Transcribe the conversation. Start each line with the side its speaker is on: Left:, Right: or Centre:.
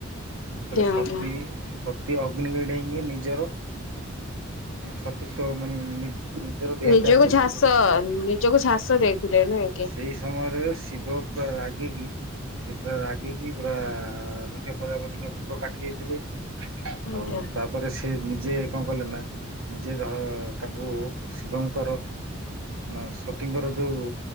Right: ସେତେବେଳେ
Left: ଆଜ୍ଞା। ଆଜ୍ଞା
Right: ସତୀ
Left: ଆଜ୍ଞା
Right: ସତୀ ଅଗ୍ନିକି ଡେଇଁକି ନିଜର ସତୀତ୍ୱ ମାନେ ନିଜର ଦେହତ୍ୟାଗ
Left: ନିଜକୁ
Right: କରିଥିଲେ
Left: ଝାସ ନିଜକୁ ଝାସ
Right: ନାଶ କରିଥିଲେ
Left: ଦେଇ ଦେ ନାଇକି?
Right: ସେଇ ସମୟରେ ଶିବ ପୁରା ରାଗିକି ସେ ପୁରା ରାଗିକି ପୁରା ରକ୍ଷ ପ୍ରଜାପତିଙ୍କ ବେକ କାଟି ଦେଇ ଥିଲେ।
Left: ଆଜ୍ଞା
Right: ଆଉ ତାପରେ ସେ ନିଜେ କଣ କଲେ ନା ନିଜେ ଧ ତାଙ୍କୁ ଶିବଙ୍କର ନା ସତୀଙ୍କର ଯୋଉ